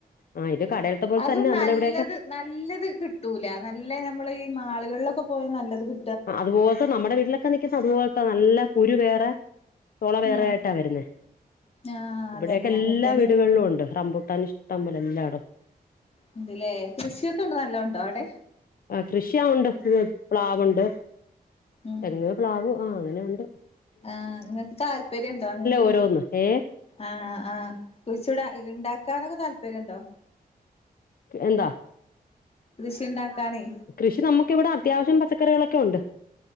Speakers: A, on the left; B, on the left.
A: ആ ഇത് കടയിലത്തെ പോലെ
B: അതും
A: തന്നെ നമ്മുടെ
B: നല്ലത്
A: ഇവിടെയൊക്കെ
B: നല്ലത് കിട്ടൂല നല്ല നമ്മള് ഈ മാളുകളിലൊക്കെ പോയാ നല്ലത് കി
A: അതുപോൽത്തെ നമ്മടെ വീട്ടിലൊക്കെ നിക്കുന്ന അതുപോൽത്തെ നല്ല കുരു വേറെ ചോള വേറെയായിട്ടാ
B: ആഹ്
A: വരുന്നേ
B: ആഹ്
A: ഇവിടെൊക്കെ
B: അതന്നെ
A: എല്ലാ
B: അങ്ങനത്തേന്
A: വീടുകളിലും ഉണ്ട് റംമ്പുട്ടൻഷ് ടപോലെ എല്ലാടോ
B: ഇണ്ട്ല്ലേ കൃഷിയൊക്കെ ഉ നല്ല ഉണ്ടോ അവിടെ
A: ആ കൃഷിയവുണ്ട് പ്ലാവുണ്ട്
B: ഉം
A: തെങ്ങ്, പ്ലാവ് ആഹ് അങ്ങനെയുണ്ട്.
B: ആഹ് ഇങ്ങക്ക് താല്പര്യണ്ടോ അങ്ങൻത്തീന്.
A: ഓരോന്ന് ഏ
B: ആഹ്, ആഹ് കുഴിച്ചൂട ണ്ടാക്കാനൊക്കെ താല്പര്യണ്ടോ.
A: കെ എന്താ.
B: കൃഷിണ്ടാക്കാനേ.
A: കൃഷി നമുക്കിവിടെ അത്യാവശ്യം പച്ചക്കറികളൊക്കെ ഒണ്ട്.